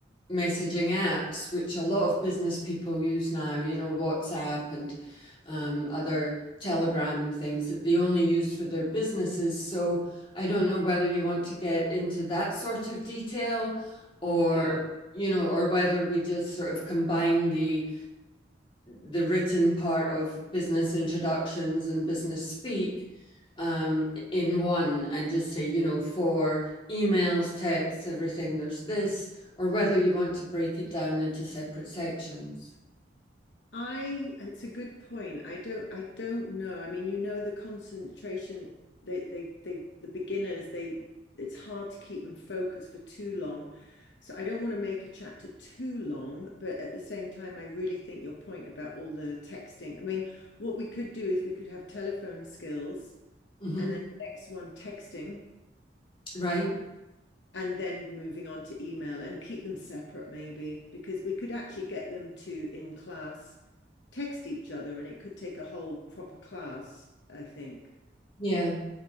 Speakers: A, on the left; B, on the left.
A: messaging apps, which a lot of business people use now, you know, WhatsApp and um, other Telegram and things that they only use for their businesses. So I don't know whether you want to get into that sort of detail or,
B: yeah
A: you know, or whether we just sort of combine the the written part of business introductions and business speak um, in one and just say, you know, for emails, texts, everything, there's this, or whether you want to break it down into separate sections.
B: I, it's a good point. I don't, I don't know. I mean, you know, the concentration, they, they, they, the beginners, they, it's hard to keep them focused for too long. So I don't want to make a chapter too long, but at the same time, I really think your point about all the texting. I mean, what we could do is we could have telephone skills
A: hmm
B: and then the next one texting
A: Right?
B: and then moving on to email and keep them separate maybe, because we could actually get them to in class text each other, and it could take a whole proper class, I think.
A: Yeah.